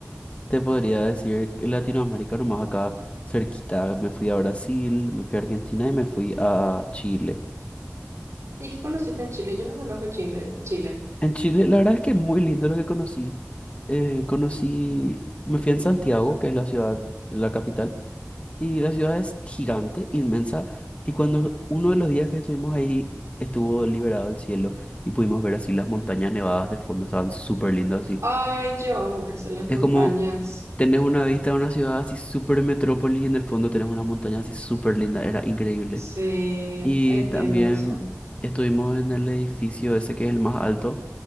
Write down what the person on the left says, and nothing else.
te podría decir que Latinoamérica, nomás acá cerquita. Me fui a Brasil, me fui a Argentina y me fui a Chile.
En Chile, la verdad es que es muy lindo lo que conocí. Eh, conocí, me fui en Santiago, que es la ciudad, la capital Y la ciudad es gigante, inmensa. Y cuando uno de los días que estuvimos ahí estuvo liberado el cielo y pudimos ver así las montañas nevadas de fondo, estaban súper lindas así.
Es como tenés una vista de una ciudad así súper metrópolis y en el fondo tenés una montaña así súper linda, era increíble.
Y
también
estuvimos en el edificio ese que es el más alto